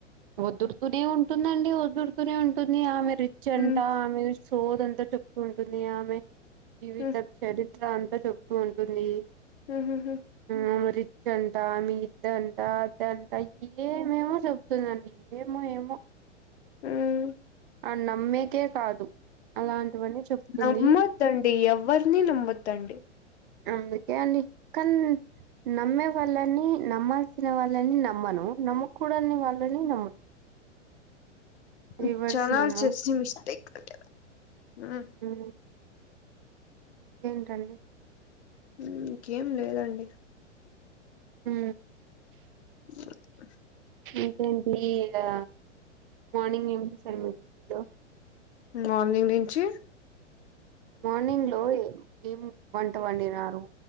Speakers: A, on the right; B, on the left.
A: వద్దులుతూనే ఉంటుందండి వద్దులుతూనే ఉంటుంది ఆమె రిచ్ అంట
B: మ్
A: ఆమె సోదంతా చెప్తూ ఉంటుంది ఆమె జీవిత
B: మ్
A: చరిత్ర అంతా చెప్తూ ఉంటుంది
B: ఉ హు హు
A: ఆమె రిచ్ అంట ఆమె ఇదంతా ఆమె అదంతా ఇదే ఏమేమో చెప్తూ చెప్తుందండి ఏమో ఏమో
B: ఉమ్
A: ఆ నమ్మేకే కాదు అలాంటివన్నీ చెప్తుంది
B: నమ్మొద్దండి ఎవ్వరిని నమ్మొద్దండి
A: అందుకే అండి కన్ నమ్మే వాళ్ళని నమ్మాల్సిన వాళ్ళని నమ్మను నమ్ము కూడాని వాళ్ళని నమ్మ
B: ఊ
A: రివర్స్
B: చనా
A: నేను
B: చెస్ట్ మిస్టేక్ అంటే మ్మ్
A: ఊ ఇంకెంటండి
B: ఊ ఇంకేం లేదండి
A: ఊ
B: బ <inaudible>
A: ఇంకేంటిగా మార్నింగ్ ఏం చేసారు మీ పిజీలో
B: మార్నింగ్ నించి
A: మార్నింగ్ లో ఏం వంట వండినారు